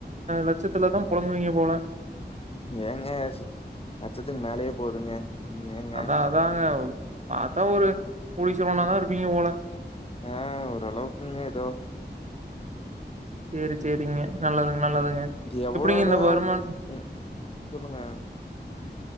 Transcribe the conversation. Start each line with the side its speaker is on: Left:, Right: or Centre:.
Right: லட்சத்துலதா புழங்குவீங்க போல
Left: ஏங்க லச்சத்துக்கு மேலயே போதுங்க ஏங்க
Right: அதா அதாங்க பார்த்தா ஒரு கோடீஸ்வரன் இருப்பீங்க போல
Left: ஏ ஓரளவுக்கு கா ஏதோ
Right: செரி செரிங்க நல்லதுங்க நல்லதுங்க
Left: இங்க எவ்வளவுதா
Right: எப்டிங்க இந்த வருமான்
Left: ம் சொல்லுங்க